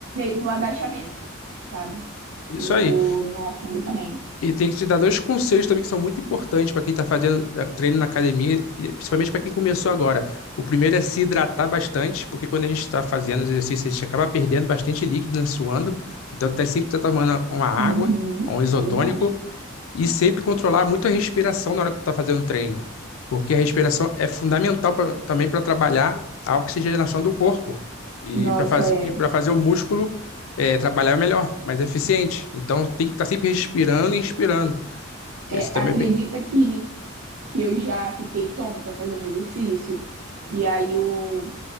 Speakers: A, on the right (about 80°); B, on the left (about 80°).
A: no agachamento, sabe?
B: Isso
A: E no,
B: aí.
A: no afundo também.
B: E tem que te dar dois conselhos também que são muito importantes para quem está fazendo eh, treino na academia, e principalmente para quem começou agora. O primeiro é se hidratar bastante, porque quando a gente está fazendo os exercícios, a gente acaba perdendo bastante líquido, né, suando. Então, tá sempre tá tomando uma água,
A: Uhum,
B: ou um isotônico,
A: é verdade.
B: e sempre controlar muito a respiração na hora que tu está fazendo o treino, porque a respiração é fundamental pra- também para trabalhar a oxigenação do corpo. E
A: Nossa,
B: para fazer,
A: é,
B: e para fazer o músculo é, trabalhar é melhor, mais eficiente. Então tem que estar sempre respirando e inspirando.
A: é-
B: E esse também
A: Acredita
B: é bem.
A: que, que eu já fiquei tonta fazendo exercício? E aí o